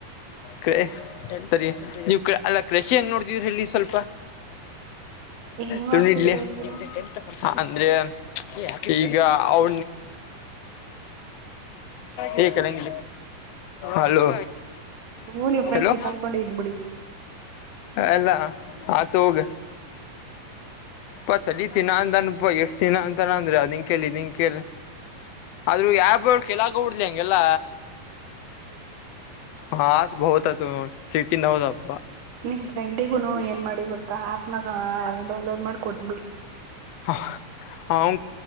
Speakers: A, on the left; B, on the right.
A: ಕ ಸರಿ ನೀವು ಅಲ್ಲ ಕೃಷಿ ಹೆಂಗ್ ನೋಡ್ತಿದ್ರ ಹೇಳಿ ಸ್ವಲ್ಪ
B: ಹೆಂಗ್
A: ಸುಮ್ನೆ
B: ನೋಡ್ತಿದೀರಿ
A: ಇಡ್ಲಿ
B: ಅಂದ್ರು
A: ನಿಮ್ದ ಟತ್ ಪರ್ಸ ಅಂದ್ರೆ ಯಾೆ ಈಗ ಅವ ಹೇ ಕಲಂಗ ಹಲೋ
B: ನೀವು ನಿಮ್ ಫ್ರೆಂಡ್
A: ಹಲೋ
B: ಕಿತ್ತಾಡ್ಕೊಂಡೆ ಇದ್ಬಿಡಿ
A: ಎಲ್ಲ ಆ ತ ಹೋಗ ಪ ತಲಿ ತಿಿನ ಅಂದನ್ ಪ ಎಷ್ಟ್ ತಿಿನ ಅಂತಾನ ಅಂದ್ರಿ ಅದಿನ್ ಕಲ್ ಇದನ್ ಕಲ್ ಆದದ್ರೂ ಯಪ ಕೆಲ್ಲ ಹಕಬ ಬಿಡ್ಲಿ ಹಂಗೆಲ್ಲ ಹಾ ಆ ಭಹತ ತು ಸಿಟಿ ನದಪ್ಪ
B: ನಿಮ್ ಫ್ರೆಂಡಿಗುನು ಏನ್ ಮಾಡಿ ಗೊತ್ತಾ ಆಪ್ನಾಗ ಡೌನ್ಲೋಡ್ ಮಾಡ್ಕೊಡ್
A: ಅವ